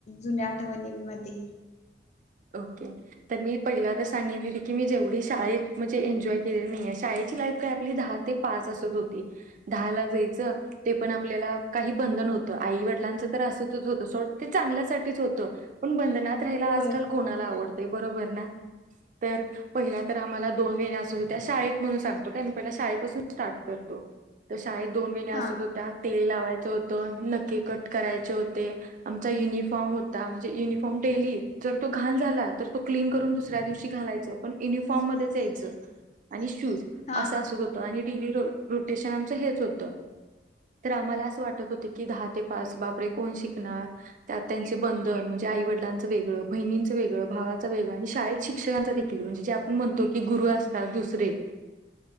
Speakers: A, on the left; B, on the right.
A: जुन्या आठवणींमध्ये
B: ओके तर मी पहिल्यांदाच सांगितले होते की जेवढी शाळेत म्हणजे जेवढे एन्जॉय केलेली नाहीये शाळेची लाईफ काय आपली दहा ते पाच तासात होती दहा ला जायचं ते पण आपल्याला काही बंधन नव्हतं आई-वडिलांचा असंच होतं ते सोड जे होतं ते चांगल्यासाठीच होतं पण बंधनात. राहिला
A: होय
B: आज. काल कोणाला आवड. हे बरोबर ना तर पहिला तर आम्हाला दोन वेण्या असं होत्या शाळेत म्हणून सांगतो पहिल्या शाळेपासून स्टार्ट करतो तर शाळेत दोन वेण्या
A: हा
B: असत होत्या तेल लाव. व्हायचं होतं नख कट करायचे होते आमचा युनिफॉर्म होता म्हणजे युनिफॉर्म डेली जर तो घाण झाला तर तो क्लीन करून दुसऱ्या दिवशी घालायचं पण युनिफॉर्म मध्ये यायचं आणि शूज
A: हा
B: असा असत होत आणि. डेली रोटेशन आमचे हेच होतं तर आम्हाला असं वाटत होतं अरे बापरे दहा ते पाच त्यात त्यांचे बंधन आई-वडिलांचे वेगळं बहिणींचं वेगळं भावांचे वेगळं आणि शाळेत शिक्षकांचा जे आपण म्हणतो. की गुरु असतात दुसरे